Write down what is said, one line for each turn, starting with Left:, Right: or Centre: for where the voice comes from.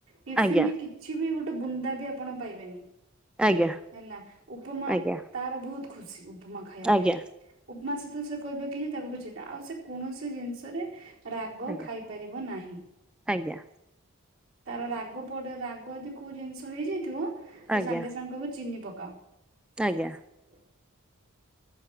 Right: ଟିଫିନରେ
Centre: ଆଜ୍ଞା
Right: କିଛି ବି ଗୋଟେ ବୁନ୍ଦା ବି ଆପଣ ପାଇବେନି।
Centre: ଆଜ୍ଞା
Right: ହେଲା ଉପମା
Centre: ଆଜ୍ଞା
Right: ତାର ବହୁତ୍ ଖୁସି ଉପମା ଖାଇବା
Centre: ଆଜ୍ଞା
Right: ପାଇଁ। ଉପମା ସହିତ ସେ କହିବ କି ତାକୁ କିଛି <unintelligible> ଆଉ ସେ କୌଣସି ଜିନିଷରେ ରାଗ
Centre: ଆଜ୍ଞା
Right: ଖାଇପାରିବ ନାହିଁ,
Centre: ଆଜ୍ଞା।
Right: ତାର ରା ରାଗ ପଡ଼େ ରାଗ ଯଦି କୋଉ ଜିନିଷ ହେଇଯାଇଥିବ, ସେ
Centre: ଆଜ୍ଞା
Right: ସାଙ୍ଗେ-ସାଙ୍ଗେ କହିବ ଚିନି ପକାଅ।
Centre: ଆଜ୍ଞା।
Right: <unintelligible> <inaudible>